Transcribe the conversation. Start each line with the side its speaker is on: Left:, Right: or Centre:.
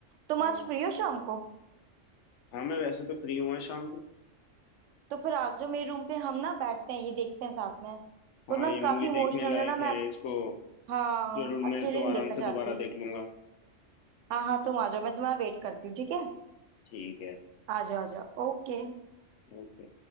Right: तुम
Left: हाँ
Right: आज फ्री हो शाम को
Left: हाँ मैं वैसे तो फ्री हूँ आज शाम को
Right: तो फिर आ जाओ मेरे रूम पे हम ना बैठते हैं ये देखते हैं साथ में तो
Left: हाँ
Right: ना
Left: ये
Right: काफी
Left: मूवी
Right: इमोशनल
Left: देखने लायक
Right: है ना मैं
Left: है इसको
Right: हाँ
Left: जरूर
Right: अकेले
Left: मैं तो
Right: नहीं
Left: आराम
Right: देखना चाहती
Left: से दोबारा देख लूंगा
Right: हाँ हाँ तुम आ जाओ मैं तुम्हारा वेट करती हूँ ठीक है
Left: ठीक है
Right: आ जाओ आ जाओ ओके
Left: ओके